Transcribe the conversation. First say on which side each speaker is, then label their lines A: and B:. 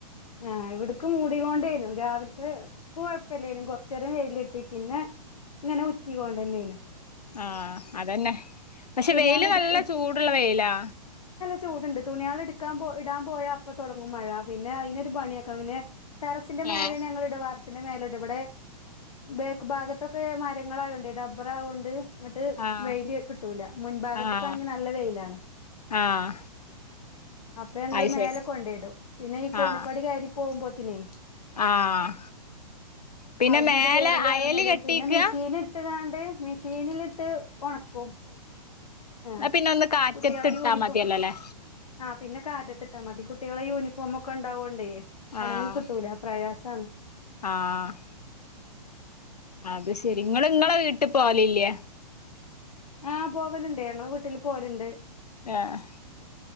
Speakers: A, on the left; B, on the left.
A: ആ ഇവിടക്കും മൂടികൊണ്ടേനു രാവിലത്തെ കുഴപ്പല്ലേനു കൊറച്ചേരം വെയിലിട്ടി. പിന്നെ ഇങ്ങനെ ഉറ്റികൊണ്ടന്നേനു.
B: ആ അതന്നെ. പക്ഷെ
A: തുണിയാള്
B: വെയില്
A: എടു
B: നല്ല ചൂടുള്ള വെയിലാ
A: ചൂട്ണ്ട്. തുണിയേള് ഇട്ക്കാൻ പോ ഇടാൻ പോയ അപ്പൊ തൊട ങ്ങും മഴ. പിന്നെ അയിനൊരു പണിയേക്ക പിന്നെ ടെറസിന്റെ മേലെ
B: ഏഹ്
A: ഞങ്ങളിട വാ ർപ്പിൻ്റെ മേലട. ഇബടെ ബേക്ക് ഭാഗത്തൊക്കെ മരങ്ങളായൊണ്ടെ ഡബ്ബറായോണ്ട് ഇങ്ങട്ട്
B: ആഹ്
A: വെയില് കിട്ടൂല മുൻഭാഗത്ക്കാണെങ്കി
B: ആഹ്
A: നല്ല വെയിലാണ്
B: ആഹ്
A: അപ്പോ ഞങ്ങള്
B: അത്
A: മേലെ
B: ശരി
A: കൊണ്ടേയിടും പിന്നെ ഈ കോണിപ്പാടി
B: ആഹ്
A: കയരി പോകുമ്പോത്തിനേ
B: ആഹ് പിന്നെ
A: അവിടന്നങ്ങട്ട്
B: മേലെ
A: കേറലും
B: അയല്
A: എറങ്ങലും
B: കെട്ടിക്കാ
A: പിന്നെ മെഷീൻ ഇട്ട് കാ ണ്ട് മെഷീനിലിട്ട് ഒണക്കും ആഹ്
B: ന്നാ പിന്നെ ഒന്ന് കാറ്റത്തിട്ടാ
A: കുട്ടിയളെ യൂണിഫോ.
B: മതിയല്ലോല്ലേ
A: ആഹ് പിന്നെ കാറ്റത്തിട്ടാ മതി. കു ട്ടികളെ യൂണിഫോമ് ഒക്കെ ഉണ്ടാവോണ്ടേ ഒണങ്ങി
B: ആഹ്
A: കിട്ടൂല പ്രയാസാണ്
B: ആഹ് അത് ശെരി ഇങ്ങള് ഇങ്ങളെ വീട്ടിൽ പോവലില്ലേ
A: ആ പോവല്ണ്ട് ഞങ്ങള് വീട്ടില് പോല്ണ്ട്
B: ഏഹ്